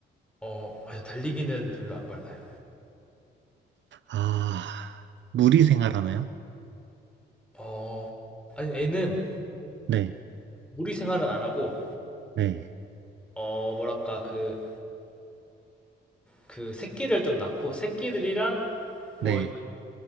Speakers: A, in the centre; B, on the right (about 65°).
A: 어, 아니요 달리기는 별로 안 빨라요.
B: 아, 무리 생활하나요?
A: 어, 아니 애는
B: 네,
A: 무리 생활은 안 하고
B: 네,
A: 어 뭐랄까 그 그 새끼를 좀 낳고 새끼들이랑 뭐
B: 네.